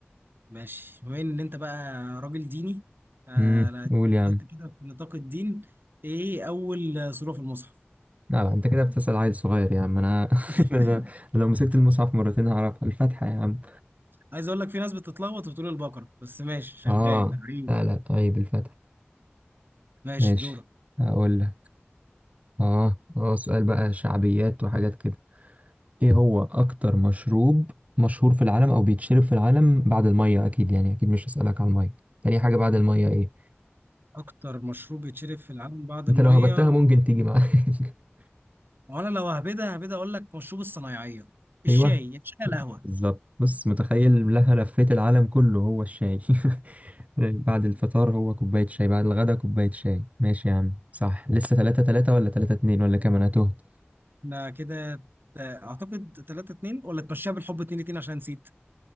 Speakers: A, on the right; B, on the right.
A: ماشي بما ان انت بقى راجل ديني آه
B: امم
A: لا،
B: قول يا عم
A: حته كده في نطاق الدين ايه اول سوره في المصحف
B: لا انت كده بتسأل عيل صغير يا عم انا <laughs>
A: <laughs>
B: انا لو مسكت المصحف مرتين هعرفها الفتحة يا عم
A: عايز اقول لك في ناس بتتلخبط وبتقول البقره بس ماشي شغال
B: اه
A: عيب
B: لا لا طيب الفتحة
A: ماشي
B: ماشي
A: دورك
B: هقول لك اه اه سؤال بقى شعبيات وحاجات كده ايه هو اكتر مشروب مشهور في العالم او بيتشرب في العالم بعد المية اكيد يعني اكيد مش هسألك على المية تاني حاجة بعد المية ايه
A: اكتر مشروب بيتشرب في العالم بعد
B: انت
A: الميه
B: لو هبتها ممكن تيجي معاك <laughs>
A: وانا لو هبدا هبدا اقول لك مشروب الصنايعيه الشاي
B: ايوه
A: يا شاي القهوه
B: بالظبط بص متخيل لها لفيت العالم كله هو الشاي <laughs> بعد الفطار هو كوباية شاي بعد الغدا كوباية شاي ماشي يا عم صح لسه تلاتة تلاتة ولا تلاتة اتنين ولا كام أنا تهت
A: احنا كده تا- اعتقد 3 2 ولا تمشيها بالحب 2 2 عشان نسيت